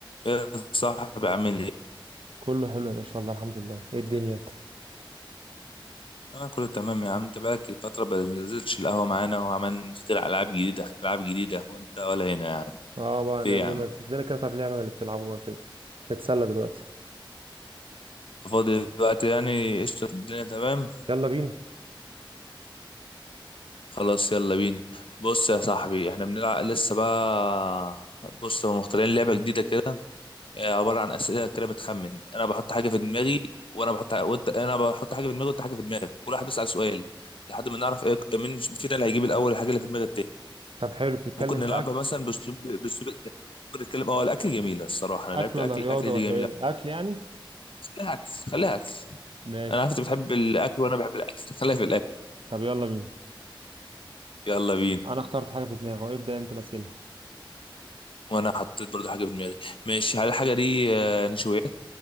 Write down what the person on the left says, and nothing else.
يا صاحبي عامل ايه؟
انا كله تمام يا عم انت بقالك فترة ما نزلتش القهوة معانا وعمال نخترع العاب جديدة العاب جديدة وانت ولا هنا يا عم
في
إيه يا عم
فاضي دلوقتي يعني قشطة الدنيا تمام
خلاص يلا بينا بص يا صاحبي احنا بنلعب لسه بقى بص هم مخترعين لعبة جديدة كده آه، عبارة عن أسئلة كده بتخمن انا بحط حاجة في دماغي وانا بحط وانت انا بحط حاجة في دماغي وانت حاجة في دماغك كل واحد بيسأل سؤال لحد ما نعرف ايه مين فينا اللي هيجيب الاول الحاجة اللي في دماغ التاني
ممكن نلعبها
مثلا باسلوب باسلوب الأكل. ممكن نتكلم اه الاكل جميله الصراحه
انا لعبت
اكل
اكل دي
جميله
خليها اكل خليها اكل
انا عارف انت بتحب الاكل وانا بحب الاكل خليها في الاكل
يلا بينا
وانا حطيت برضو حاجه في دماغي ماشي هل الحاجه دي آه، نشويات